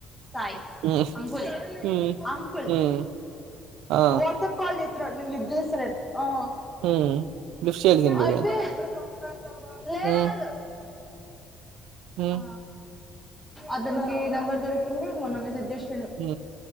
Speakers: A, in the centre; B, on the right (about 80°).
A: సాయి
B: హ్మ్
A: అంకులే
B: హ్మ్
A: అంకుల్
B: హ్మ్ ఆ
A: వాట్సాప్ కాల్ చెతున్నాడు నేను లిఫ్ట్ చెత్తలేను ఆ
B: హ్మ్ లిఫ్ట్ చేయాల్సింటివి
A: అయితే ఆ లేదు
B: హ్మ్ హ్మ్
A: ఆ అతనికి నెంబర్ దొరికింది మొన్న మెసేజ్ చేసి
B: హు